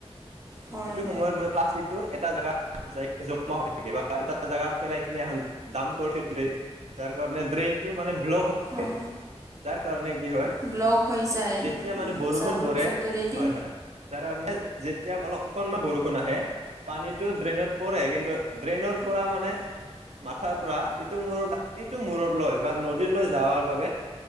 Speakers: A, on the right (about 30°); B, on the right (about 80°).
A: হয়
B: এইটো সময়ত মানে প্লাষ্টিক টো এটা জাগাত যাই জমা হৈ থাকে বা এটা জাগাত পেলাই কিনে এখন দাম কৰি থৈ দে। সেইকাৰণে ড্ৰেইনটো মানে ব্লক হৈ থাকে।
A: অ।
B: যাৰ কাৰণে কি হয়,
A: ব্লক হৈ যায়
B: যেতিয়া মানে বৰষুণ
A: জাবৰ
B: পৰে,
A: জোঁথৰেদি
B: হয়-হয় যাৰ কাৰণে যেতিয়া অলপ অকণমান বৰষুণ আহে, পানীটো ড্ৰেইনত পৰে, কিন্তু ড্ৰেইনৰ পৰা মানে মাথাৰ পৰা এইটো মুৰ এইটো মূৰত লৈ বা নদীৰলৈ যাৱাৰ বাবে